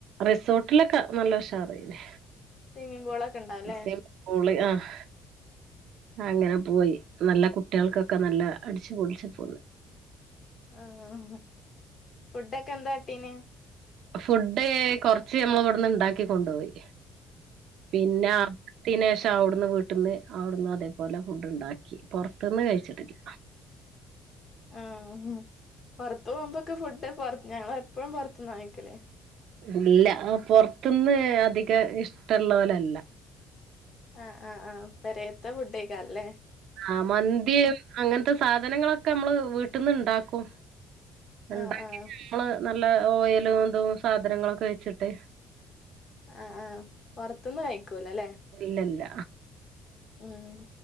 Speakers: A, on the right; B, on the left.
A: റിസോട്ടിലക്കെ നല്ല ഉഷാറേനി
B: സ്വിമ്മിംഗ പൂളൊക്കെ ഉണ്ടാവല്ലേ
A: മുസ്ലിം സ്കൂള് ആഹ് അങ്ങനെ പോയി. നല്ല കുട്ട്യാൾക്കൊക്കെ നല്ല അടിച്ചുപൊളിച്ചു പോന്ന്
B: ആഹ്‌ ഫുഡൊക്കെന്താട്ടീന്
A: ഫുഡ്ഡ് കൊർച്ച് ഞമ്മള് വട്ന്ന്ണ്ടാക്കി കൊണ്ടോയി പിന്നെ ആഹ് <unintelligible> പക്ഷ അവിടുന്ന് വീട്ടന്ന് അവിടുന്ന് അതേപോലെ ഫുഡ് ഉണ്ടാക്കി പുൊറത്തുന്ന് കഴിച്ചിടില്ല
B: ആഹ് പുറത്തു പോകുമ്പോൊക്കെ ഫുഡത്ത് ഞങ്ങ എപ്പഴും പുറത്ത് എന്ന് വാങ്ങിക്കലേ
A: ഇല്ല ആഹ് പുൊറത്തന്ന് അധിക ഇഷ്ടമുള്ള പോലല്ല
B: ആഹ് ആ്ഹ് ആ്ഹ് പെരയത്ത ഫുഡേക്കാല്ലേ
A: ആഹ് മന്തിയും അങ്ങനത്തെ സാധനങ്ങളൊക്കെ നമ്മള് വീട്ടിൽന്ന് ഇണ്ടാക്കും ഉണ്ടാക്കി
B: ആഹ് ആഹ്
A: ഞമ്മള് നല്ല ഓയിൽലും എന്തും സാധനങ്ങളൊക്കെ വെച്ചിട്ട്
B: ആഹ് ആഹ് പുറത്തൊന്നും കഴിക്കല അല്ലേ
A: ഇല്ല ഇല്ല
B: ഉം